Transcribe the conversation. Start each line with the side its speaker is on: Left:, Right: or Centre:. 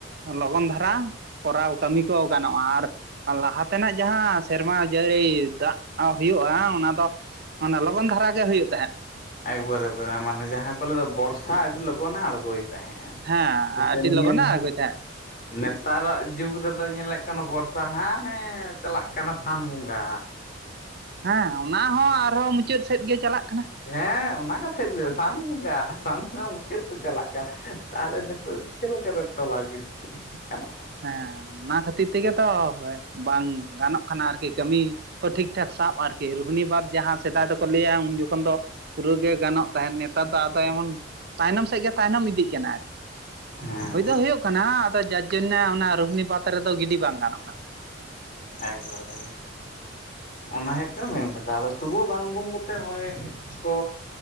Right: ᱞᱚᱜᱚᱱ ᱫᱷᱟᱨᱟ ᱠᱚᱨᱟᱣ ᱠᱟᱹᱢᱤ ᱠᱚ ᱜᱟᱱᱚᱜᱼᱟ, ᱟᱨ ᱞᱟᱦᱟ ᱛᱮᱱᱟᱜ ᱡᱟᱦᱟᱸ ᱥᱮᱨᱢᱟ ᱡᱟᱹᱲᱤ ᱫᱟᱜ ᱦᱩᱭᱩᱜᱼᱟ, ᱚᱱᱟ ᱫᱚ ᱚᱱᱟ ᱞᱚᱜᱚᱱ ᱫᱷᱟᱨᱟ ᱜᱮ ᱦᱩᱭᱩᱜ ᱛᱟᱦᱮᱸᱫ᱾
Left: ᱮᱠᱵᱟᱨᱮ ᱮᱠᱵᱟᱨᱮ ᱢᱟᱱᱮ ᱡᱟᱦᱟᱸ ᱠᱚ ᱞᱟᱹᱭ ᱫᱚ ᱵᱚᱨᱥᱟ ᱟᱹᱰᱤ ᱞᱚᱜᱚᱱᱮ ᱟᱲᱜᱳᱭ ᱛᱟᱦᱮᱸ ᱟ
Right: ᱦᱮᱸ
Left: ᱮᱛᱮ
Right: ᱟᱹᱰᱤ
Left: ᱱᱤᱭᱟᱹ
Right: ᱞᱚᱜᱚᱱᱮ
Left: ᱫᱷᱟᱣ
Right: ᱟᱬᱜᱚᱭ ᱛᱟᱦᱮᱸᱫ
Left: ᱱᱮᱛᱟᱨᱟᱜ ᱡᱩᱜᱽ ᱨᱮᱫᱚ ᱧᱮᱞᱮᱫ ᱠᱟᱱᱟ ᱵᱚᱨᱥᱟ ᱦᱟᱸᱱᱮ ᱪᱟᱞᱟᱜ ᱠᱟᱱᱟ ᱥᱟᱱ ᱵᱚᱸᱜᱟ᱾
Right: ᱦᱮᱸ ᱚᱱᱟ ᱦᱚᱸ ᱟᱨᱦᱚᱸ ᱢᱩᱪᱟᱹᱫ ᱥᱮᱫ ᱜᱮ ᱪᱟᱞᱟᱜ ᱠᱟᱱᱟ᱾
Left: ᱦᱮᱸ ᱚᱱᱟ ᱠᱟᱛᱷᱟ ᱞᱟᱹᱭ
Right: ᱦᱟᱱᱛᱮ
Left: ᱥᱟᱱ ᱵᱚᱸᱜᱟ ᱥᱟᱱ ᱵᱚᱸᱜᱟ ᱢᱩᱪᱟᱹᱫ ᱥᱮᱫ ᱪᱟᱞᱟᱜ ᱠᱟᱱᱟ᱾ ᱛᱟᱦᱚᱞᱮ ᱱᱤᱛᱳᱜ ᱪᱤᱠᱟᱹ ᱞᱮᱠᱟ ᱨᱮ ᱛᱚᱞᱟ ᱜᱤᱰᱤ? ᱜᱟᱱᱚᱜᱼᱟ
Right: ᱦᱮᱸ ᱚᱱᱟ ᱠᱷᱟᱹᱛᱤᱨ ᱛᱮᱜᱮ ᱛᱚ ᱵᱟᱝ ᱜᱟᱱᱚᱜ ᱠᱟᱱᱟ ᱟᱨᱠᱤ ᱠᱟᱹᱢᱤ ᱠᱚ ᱴᱷᱤᱠ ᱴᱷᱟᱠ ᱥᱟᱵ ᱟᱨᱠᱤ, ᱨᱩᱦᱤᱱᱤ ᱵᱟᱫᱽ ᱡᱟᱦᱟᱸ ᱥᱮᱫᱟᱭ ᱫᱚᱠᱚ ᱞᱟᱹᱭᱟ ᱩᱱ ᱡᱚᱠᱷᱚᱱ ᱫᱚ ᱯᱩᱨᱟᱹ ᱜᱮ ᱜᱟᱱᱚᱜ ᱛᱟᱦᱮᱸᱫ ᱱᱮᱛᱟᱨ ᱫᱚ ᱟᱫᱚ ᱮᱢᱚᱱ ᱛᱟᱭᱱᱚᱢ ᱥᱮᱫ ᱜᱮ ᱛᱟᱭᱱᱚᱢ ᱤᱫᱤᱜ ᱠᱟᱱᱟ ᱟᱨᱠᱤ
Left: ᱦᱮᱸ
Right: ᱦᱳᱭ ᱫᱚ ᱦᱳᱭᱳᱜ ᱠᱟᱱᱟ ᱟᱫᱚ ᱡᱟᱨ ᱡᱚᱱᱱᱮ ᱚᱱᱮ ᱨᱩᱦᱤᱱᱤ ᱵᱟᱛ ᱨᱮᱫᱚ ᱜᱤᱰᱤ ᱵᱟᱝ ᱜᱟᱱᱚᱜ ᱠᱟᱱᱟ᱾
Left: ᱮᱠᱵᱟᱨᱮ ᱚᱱᱟ ᱦᱳᱭᱳᱜ ᱠᱟᱱᱟ ᱢᱮᱱ ᱠᱟᱛᱷᱟ, ᱟᱫᱚ ᱛᱚᱵᱩ ᱵᱟᱝ ᱵᱩᱢ ᱠᱟᱛᱮ ᱱᱚᱜᱼᱚᱭ ᱠᱚ